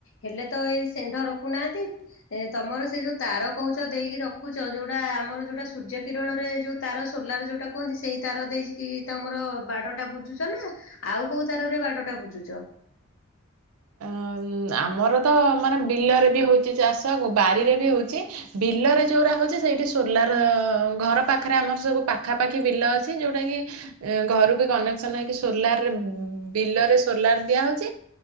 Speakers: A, on the left; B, on the right.
A: ହେଲେ ତ ଏଇ ଷେଣ୍ଢ ରଖୁନାହାନ୍ତି। ଏ ତୋମର ସେ ଯୋଉ ତାର କହୁଚ ଦେଇକି ରଖୁଚ, ଯୋଉଟା ଆମର ଯୋଉଟା ସୂର୍ଯ୍ୟ କିରଣରେ ଯୋଉ ତାର ସୋଲାର ଯୋଉଟା କୁହନ୍ତି ସେଇ ତାର ଦେଇକି ତୋମର ବାଡ ଟା ବୁଜୁଚ ନା ଆଉ କୋଉ ତାରରେ ବାଡ ଟା ବୁଜୁଚ?
B: ଅ, ଉଁ, ଆମର ତ ମାନେ ବିଲରେ ବି ହଉଚି ଚାଷ ଗ- ବାରିରେ ବି ହଉଛି। ବିଲରେ ଯୋଉରା ହଉଛି ସେଇଠି ସୋଲାର ଘର ପାଖରେ ଆମର ସବୁ ପାଖାପାଖି ବିଲ ଅଛି, ଯୋଉଟା କି ଏ ଘରୁକୁ କନେକ୍ସନ୍ ହେଇକି ସୋଲାରରେ ଉ, ବିଲରେ ସୋଲାର ଦିଆ ହଉଛି।